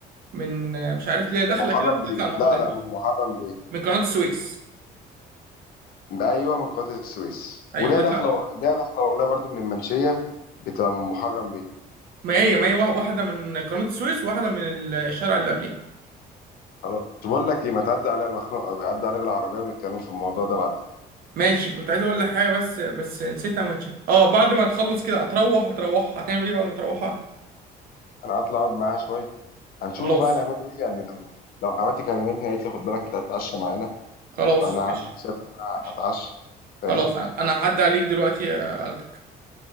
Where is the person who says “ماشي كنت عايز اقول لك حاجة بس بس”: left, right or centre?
Right